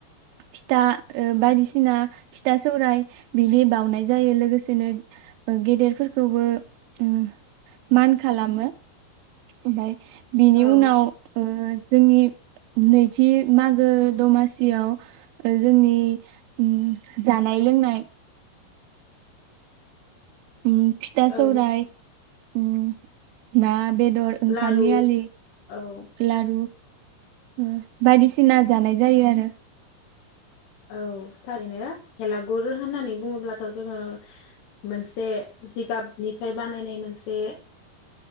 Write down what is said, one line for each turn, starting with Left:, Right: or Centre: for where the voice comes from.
Right: फिथा ओ बायदिसिना फिथा सा सराय बिनि बावनाय जायो लोगोसेनो ओ गेदेरफोरखौबो उम मान खालामो ओमफाय बिनि
Left: औ
Right: उनाव ओ जोंनि नैथि मागो दमासियाव ओ जोंनि उम जानाय लोंनाय उम फिथा
Left: औ
Right: सौराय उम नाम। बेदर ओंखामनि
Left: लारु
Right: आलि
Left: औ
Right: लारु उम बायदिसिना जानाय जायो आरो
Left: औ थारैनो हेलागुर होन्नानै बुङोब्लाथ' जोङो मोनसे जिगाबनिफ्राय बानायनाय मोनसे